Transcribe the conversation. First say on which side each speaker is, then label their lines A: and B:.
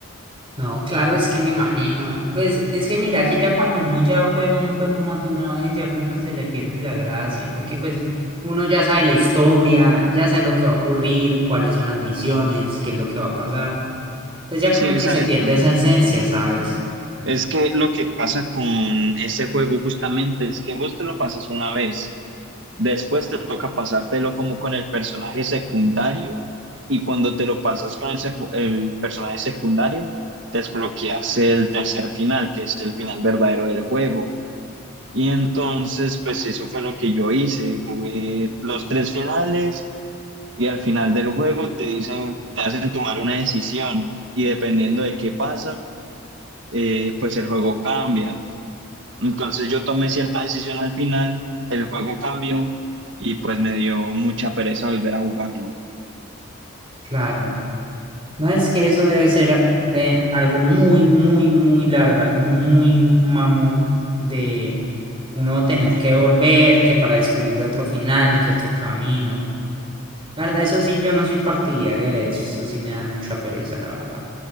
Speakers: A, on the right; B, on the right.
A: No, claro, es que me imagino. Pues es que mira que ya cuando uno ya juega un juego más de una vez, ya como que se le pierde la gracia, porque pues uno ya sabe la historia, ya sabe lo que va a ocurrir, cuáles son las misiones, qué es lo que va a pasar. Entonces ya
B: Sí,
A: como
B: exacto.
A: que se pierde esa esencia, ¿sabes?
B: Es que lo que pasa con ese juego justamente es que vos te lo pasas una vez. Después te toca pasártelo como con el personaje secundario y cuando te lo pasas con el, secu- el personaje secundario, desbloqueas el tercer final, que es el final verdadero del juego. Y entonces, pues eso fue lo que yo hice. Jugué los tres finales y al final del juego te dicen, te hacen tomar una decisión y dependiendo de qué pasa, eh, pues el juego cambia. Entonces yo tomé cierta decisión al final, el juego cambió y pues me dio mucha pereza volver a jugarlo.
A: Claro. No es que eso debe ser a- de algo muy, muy, muy largo, algo muy mamón de uno tener que volver, que para descubrir otro final, que otro camino. La verdad, eso sí, yo no soy partidario de eso, eso sí me da mucha pereza, la verdad.